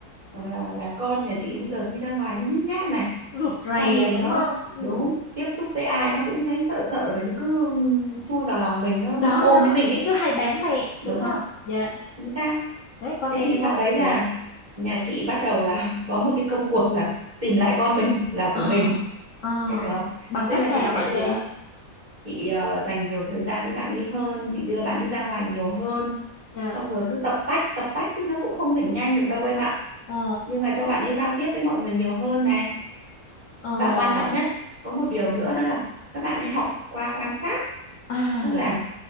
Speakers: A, on the right (about 30°); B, on the left (about 65°).
A: là là con nhà chị bây giờ đi ra ngoài nó nhút nhát này
B: Rụt rè
A: xong rồi
B: đúng
A: nó
B: không? Ừ.
A: đúng tiếp xúc với ai nó cũng thấy sợ sợ này nó cứ chui vào lòng mình nó nó
B: Đó
A: ôm
B: đó,
A: lấy mình ấy
B: cứ hay bám mẹ đúng
A: đúng không
B: không? Dạ.
A: chính xác
B: Đấy con
A: thế
B: em
A: thì sau
B: đó,
A: đấy là
B: dạ.
A: nhà chị bắt đầu là <laughs> có một cái công cuộc là tìm lại con mình là
B: Ờ.
A: của mình
B: Ờ.
A: em hiểu không
B: Bằng
A: tức
B: cách
A: là
B: nào
A: chị sẽ
B: hả
A: đưa
B: chị?
A: chị ờ, dành nhiều thời gian với bạn ấy hơn chị đưa bạn ấy ra ngoài nhiều hơn
B: Dạ.
A: xong rồi cứ tập tách tập tách chứ nó cũng không thể nhanh được đâu em ạ
B: Ờ.
A: nhưng mà cho bạn ấy giao tiếp với mọi người nhiều hơn này
B: Ồ,
A: và quan trọng nhất có một điều nữa đó là các bạn ấy học qua quan sát
B: à,
A: tức là